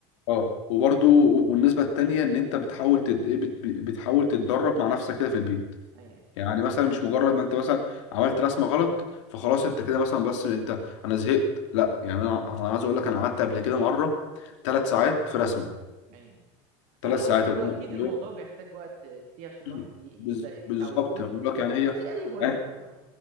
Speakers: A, on the left; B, on the right.
A: اه وبرضه والنسبة التانية إن أنت بتحاول تد... إيه، بت... بتحاول تتدرب مع نفسك كده في البيت
B: اي اي
A: يعني مثلا مش مجرد ما انت مثلا عملت رسمه غلط فخلاص انت كده مثلا بس انت انا زهقت لا يعني انا انا عايز اقول لك انا قعدت قبل كده مره ثلاث ساعات في رسمه
B: اي
A: ثلاث
B: هو هو
A: ساعات
B: هو
A: اللي هو
B: اكيد
A: اللي
B: الموضوع
A: هو-
B: بيحتاج وقت كتير عشان
A: <clears throat>
B: الواحد ي-
A: بز-
B: يبدا اللي
A: بالظبط
B: يتعود هو ز-
A: أنا بقول لك يعني هي
B: زي اي هوايه
A: يعني
B: غالبا اه